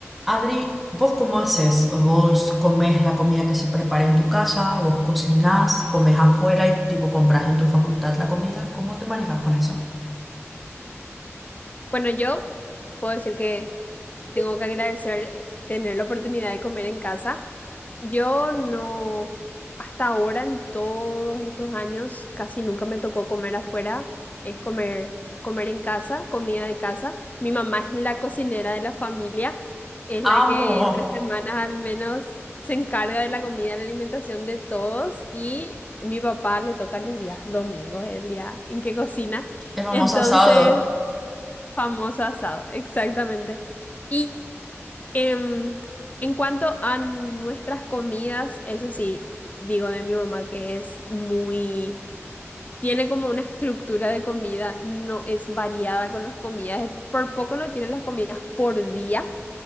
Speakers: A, in the centre; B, on the left.
A: Adri, ¿vos cómo haces? ¿Vos comés la comida que se prepara en tu casa? ¿Vos cocinás? ¿Comés afuera y tipo compras en tu facultad la comida? ¿Cómo te manejas con eso?
B: Bueno, yo puedo decir que tengo que agradecer eh, tener la oportunidad de comer en casa. Yo no, hasta ahora en todos estos años, casi nunca me tocó comer afuera, es comer, comer en casa, comida de casa. Mi mamá es la cocinera de la familia, es la
A: Amo
B: que entre semanas al menos se encarga de la comida, la alimentación de todos y mi papá le toca los días domingos, el día en que cocina.
A: el famoso
B: Entonces...
A: asado.
B: Famoso asado, exactamente. Y em, en cuanto a nuestras comidas, eso sí, digo de mi mamá que es muy, tiene como una estructura de comida, no es variada con las comidas, eh, por poco no tiene las comidas por día,